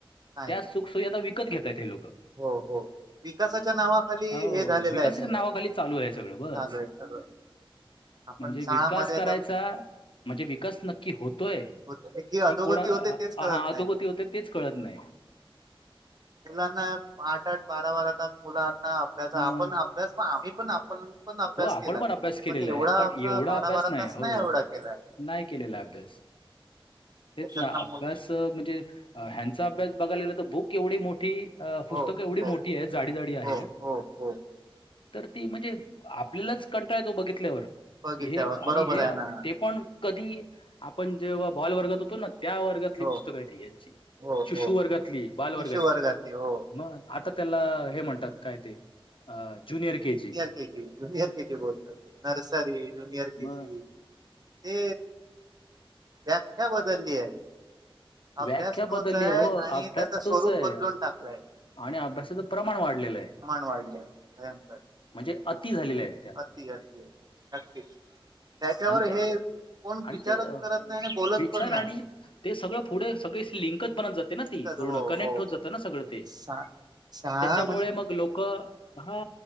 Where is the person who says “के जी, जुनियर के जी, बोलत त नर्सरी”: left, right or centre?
Right